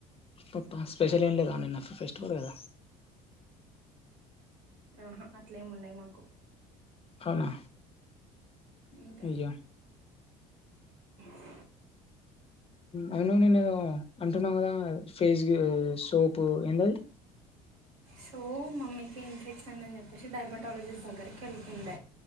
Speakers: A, on the left; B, on the right.
A: పప్ప స్పెషల్ ఏం లేదా నేన్న ఫ ఫెస్టివల్ కదా!
B: ఆహా అట్లేమి ఉండయి మాకు.
A: అవునా!
B: ఇంక?
A: అయ్యో
B: స్
A: అయినా నిన్ ఏదో అంటున్నావ్ కదా ఫేస్ గి సోప్ ఏందది?
B: సో మమ్మీకి ఇన్ఫెక్షన్ ఉంది అని చెప్పేసి, డర్మటాలజిస్ట్ దగ్గరికి వెళ్తుండ.